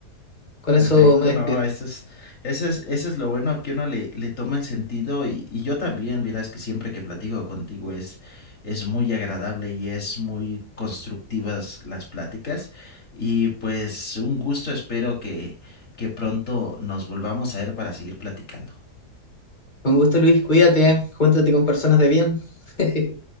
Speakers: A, on the left; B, on the left.
A: Con
B: Perfecto,
A: eso me
B: no,
A: despido.
B: eso es, eso es, eso es lo bueno que uno le, le toma el sentido y, y yo también, verás que siempre que platico contigo es, es muy agradable y es muy constructivas las pláticas y pues un gusto, espero que, que pronto nos volvamos a ver para seguir platicando.
A: Con gusto, Luis, cuídate, júntate con personas de bien. <laughs>